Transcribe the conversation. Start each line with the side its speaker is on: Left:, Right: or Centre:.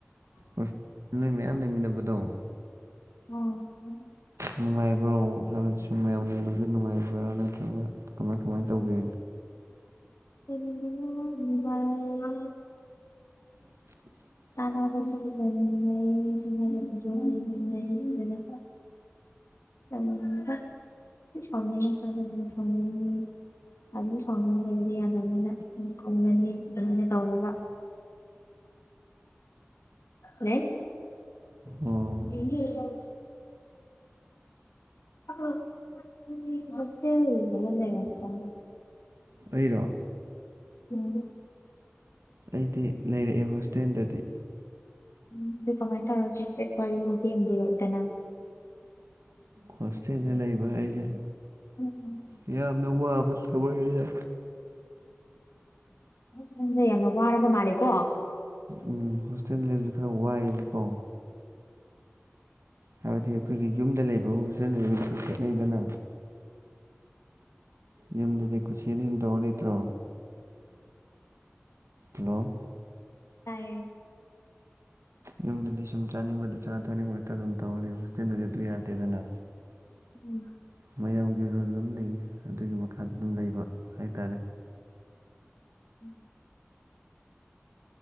Right: ꯍꯣꯁ ꯅꯣꯏ ꯃꯌꯥꯝ ꯂꯩꯃꯤꯟꯅꯕꯗꯣ
Left: ꯑꯥ
Right: ꯅꯨꯡꯉꯥꯏꯕ꯭ꯔꯣ ꯍꯥꯏꯕꯗꯤ ꯁꯨꯝ ꯃꯌꯥꯝ ꯂꯩꯃꯤꯟꯅꯕꯁꯤ ꯅꯨꯡꯉꯥꯏꯕ꯭ꯔꯥ ꯅꯠꯇ꯭ꯔꯒ ꯀꯃꯥꯏ ꯀꯃꯥꯏꯅ ꯇꯧꯒꯦ
Left: ꯂꯩꯃꯤꯟꯅꯕ ꯅꯨꯡꯉꯥꯏꯌꯦ
Right: <unintelligible>
Left: ꯆꯥꯅꯕꯁꯨ ꯂꯩꯃꯤꯟꯅꯩ ꯆꯤꯡꯅꯗꯕꯤꯖꯨ ꯂꯩꯃꯤꯟꯅꯩ ꯑꯗꯨꯅ ꯇꯧꯅꯨꯗ ꯁꯥꯎꯅꯤꯡꯉꯀꯟꯗꯅ <unintelligible> ꯁꯥꯎꯅꯤꯡꯅꯤ ꯑꯗꯨꯝ ꯁꯥꯎꯅꯔ ꯂꯩꯕꯗꯤ ꯌꯥꯗꯕ ꯅꯤꯅ ꯃꯤ ꯀꯧꯅꯅꯤ ꯑꯗꯨꯃꯥꯏꯅ ꯇꯧꯔꯒ ꯂꯩ
Right: ꯑꯣ
Left: <unintelligible> <unintelligible> ꯍꯣꯁꯇꯦꯜꯗꯒ ꯂꯩꯔꯛꯆꯂꯣ
Right: ꯑꯩꯔꯣ
Left: ꯎꯝ
Right: ꯑꯩꯗꯤ ꯂꯩꯔꯛꯑꯦ ꯍꯣꯁꯇꯦꯜꯗꯗꯤ
Left: ꯎꯝ ꯑꯗꯨ ꯀꯃꯥꯏꯅ ꯇꯧꯔꯒꯦ ꯍꯥꯢꯐꯦꯠ ꯋꯥꯔꯤ ꯃꯇꯦꯛ ꯑꯃ ꯂꯤꯔꯛꯎꯗꯅ
Right: ꯍꯣꯁꯇꯦꯜꯗ ꯂꯩꯕ ꯍꯥꯏꯁꯦ
Left: ꯎꯝ
Right: ꯑ ꯌꯥꯝꯅ ꯋꯕꯥ ꯊꯕꯛꯅꯤꯗ
Left: ꯅꯪꯁꯦ ꯌꯥꯝꯅ ꯋꯥꯔꯕ ꯃꯥꯜꯂꯦꯀꯣ
Right: ꯎꯝ ꯍꯣꯁꯇꯦꯜ ꯂꯩꯥꯏꯕꯁꯨ ꯈꯔ ꯋꯥꯏꯑꯦꯕꯀꯣ ꯍꯥꯏꯕꯗꯤ ꯑꯩꯈꯣꯏꯒꯤ ꯌꯨꯝꯗ ꯂꯩꯕ ꯍꯣꯁꯇꯦꯜꯗ ꯂꯩꯕꯗꯨ ꯈꯔ ꯈꯦꯠꯅꯩꯗꯅ ꯌꯨꯝꯗꯗꯤ ꯀꯨꯁꯤꯗ ꯁꯨꯝ ꯇꯧꯔ ꯂꯩꯇ꯭ꯔꯣ ꯍꯜꯂꯣ
Left: ꯇꯥꯏꯌꯦ
Right: ꯌꯨꯝꯗꯗꯤ ꯁꯨꯝ ꯆꯥꯅꯤꯡꯕꯗ ꯆꯥ ꯊꯥꯅꯤꯡꯕꯗ ꯊꯛ ꯑꯗꯨꯝ ꯇꯧꯔ ꯂꯩ ꯍꯣꯁꯇꯦꯜꯗꯗꯤ ꯑꯗꯨ ꯌꯥꯗꯦꯗꯅ
Left: ꯎꯝ
Right: ꯃꯌꯥꯝꯒꯤ ꯔꯨꯜ ꯑꯃ ꯂꯩꯌꯦ ꯑꯗꯨꯒꯤ ꯃꯈꯥꯗ ꯑꯗꯨꯝ ꯂꯩꯕ ꯍꯥꯏꯇꯥꯔꯦ
Left: ꯎꯝ